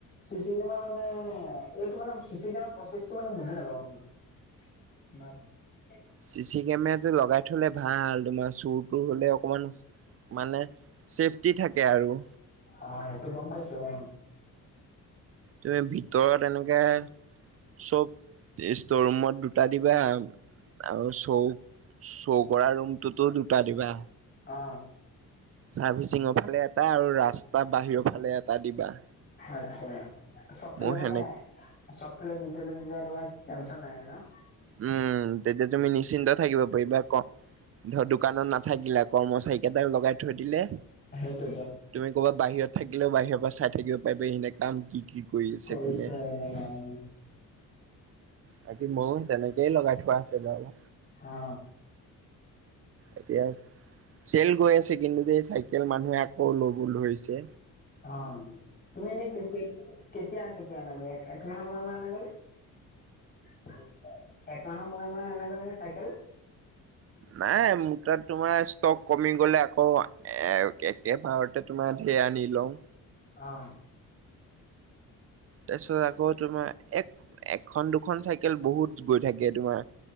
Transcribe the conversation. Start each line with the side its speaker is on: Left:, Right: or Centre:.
Left: চিচি কেমেৰা মানে এইটো মানে চিচি কেমেৰা প্ৰচেছটো মানে বুজি নাপাওঁ। <unintelligible>
Right: চিচি কেমেৰাটো লগাই থ'লে ভাল, তোমাৰ চোৰ-তোৰ হ'লে অকমান মানে ছেফটি থাকে আৰু।
Left: অহ, সেইটো গম পাইছোঁ অহ।
Right: তুমি ভিতৰত এনেকে চব ষ্টৰ ৰুমত দুটা দিবা আৰু চৌক চৌ কৰা ৰুমটোতো দুটা দিবা।
Left: অ
Right: চাৰ্ভিচিংৰ ফালে এটা আৰু ৰাস্তা বাহিৰৰ ফালে এটা দিবা।
Left: আচ্ছা চব ফালে
Right: মোৰ
Left: মানে
Right: সেনে
Left: চবফালে দিলে তেতিয়া তোমাৰ টেনচন নাই আৰু ন'।
Right: উম' তেতিয়া তুমি নিশ্চিন্ত থাকিব পাৰিবা। ক' ধৰা দোকানত নাথাকিলা কৰ্মচাৰীকেইটাক লগাই থৈ দিলে।
Left: সেইটো
Right: তুমি ক'বা বাহিৰত থাকিলেও বাহিৰৰ পৰা চাই থাকিব পাৰিবা <unintelligible> কাম কি কি কৰি আছে
Left: কৰিছে
Right: কোনে।
Left: নে নাই
Right: বাকী মোৰো তেনেকেই লগাই থোৱা আছে বাৰু।
Left: অ
Right: এতিয়া চেল গৈ আছে কিন্তু চাইকেল মানুহে আকৌ ল'ব ধৰিছে।
Left: অহ, তুমি এনেই কেতিয়া-কেতিয়া আনাগৈ একমাহ মান সময় লাগেনে? কি কৈছা? একমাহৰ মুৰে-মুৰে আনাগৈনে চাইকেল।
Right: নাই মোৰ তাত তোমাৰ ষ্টক কমি গ'লে আকৌ এ একেবাৰতে তোমাৰ ধেৰ আনি লওঁ।
Left: অহ।
Right: তাৰপিছত আকৌ তোমাৰ এক, এখন দুখন চাইকেল বহুত গৈ থাকে তোমাৰ।